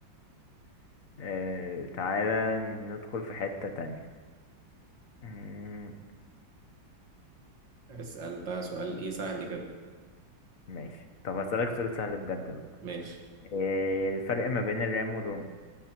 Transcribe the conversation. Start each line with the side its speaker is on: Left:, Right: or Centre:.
Left: آه، تعالى ندخل في حتة تانية مم،
Right: اسأل بقى سؤال إيه سهل كده
Left: ماشي طب هسألك سؤال سهل بجد بقى
Right: ماشي
Left: آه، الفرق ما بين الرام والروم